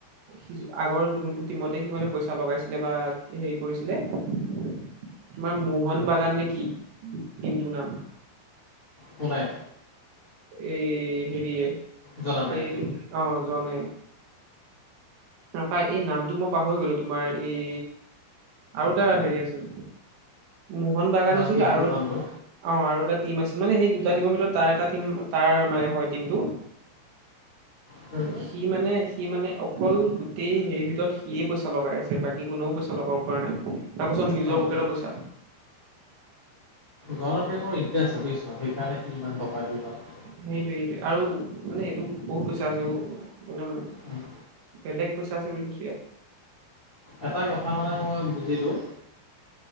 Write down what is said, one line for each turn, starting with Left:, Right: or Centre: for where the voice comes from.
Right: সি আগৰ যোনটো টিমতে সি মানে পইচা লগাইছিলে বা হেৰি কৰিছিলে। তোমাৰ মোহন বাগান নে কি টিমটোৰ‌ নাম।
Left: পলাই
Right: এই হেৰিয়ে
Left: জন আব্ৰাহিম
Right: এইটো অ' জনে। নাপাই এই নামটো মই পাহৰি গলোঁ তোমাৰ এই। আৰু এটা হেৰি আছিল, মোহন বাগান
Left: নাম
Right: আছিল
Left: টিমটোৰ
Right: আৰু
Left: নামটো
Right: অ' আৰু এটা টিম আছিল। মানে সেই দুটা টিমৰ ভিতৰত তাৰ এটা টিম তাৰ মানে হয়, টিমটো
Left: তাৰপিছত
Right: সি মানে সি মানে অকল গোটেই হেৰিৰ ভিতৰত সিয়েই পইচা লগাই আছে, বাকী কোনেও পইচা লগাব পৰা নাই। তাকো চ'ব
Left: গম
Right: নিজৰ পকেটৰ
Left: পাইছোঁ।
Right: পইচা।
Left: জন ইব্ৰাহিমৰ ইনটাৰেষ্ট আছে বুইছ, সেইকাৰণে সি ইমান টকা দিয়ে তাত।
Right: হেইটোৱে হেইটোৱে আৰু মানে এইটো বহুত পইচা আছে অ' একদম
Left: উম,
Right: বেলেগ পইচা আছে বুলি কৈছো ইয়াক।
Left: এটা কথা মানে মই বুজিলোঁ।